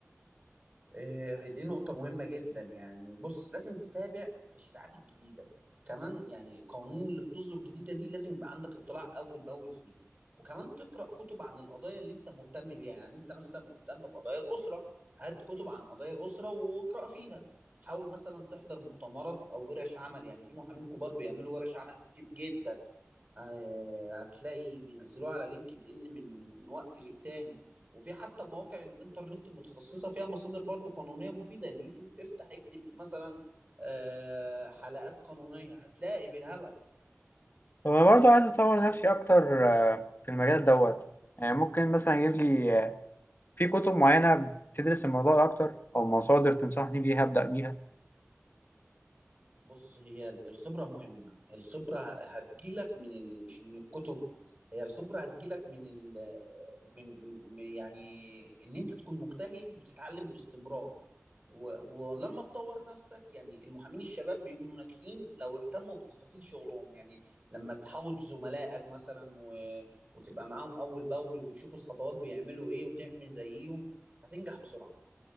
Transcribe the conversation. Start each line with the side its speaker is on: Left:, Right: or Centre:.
Right: إيه، دي نقطة مهمة جدا يعني بص لازم تتابع التشريعات الجديدة كمان يعني القوانين اللي بتصدر جديدة دي لازم يبقى عندك اطلاع أول بأول فيها وكمان تقرأ كتب عن القضايا اللي أنت مهتم بيها يعني أنت مثلا مهتم بقضايا الأسرة هات كتب عن قضايا الأسرة واقرأ فيها حاول مثلا تحضر مؤتمرات أو ورش عمل يعني في محامين كبار بيعملوا ورش عمل كتير جدا آه، هتلاقي بينزلوها على لينكد إن من وقت للتاني وفي حتى مواقع الانترنت المتخصصه فيها مصادر برضو قانونيه مفيده يعني اليوتيوب افتح اكتب مثلا آه، حلقات قانونيه هتلاقي بالهبل
Left: طب انا برضه عايز اطور نفسي اكتر آه، في المجال دوت يعني ممكن مثلا اجيب لي آه، في كتب معينة بتدرس الموضوع ده اكتر او مصادر تنصحني بيها ابدأ بيها
Right: بص هي الخبرة مهمة الخبرة هتجيلك من ال... مش من الكتب هي الخبرة هتجيلك من ال... من من- يعني إن أنت تكون مجتهد وتتعلم باستمرار و... ولما تطور نفسك يعني المحامين الشباب بيكونوا ناجحين لو اهتموا بتفاصيل شغلهم يعني لما تحاوط زملائك مثلا و... وتبقى معاهم أول بأول وتشوف الخطوات بيعملوا إيه وتعمل زيهم هتنجح بسرعة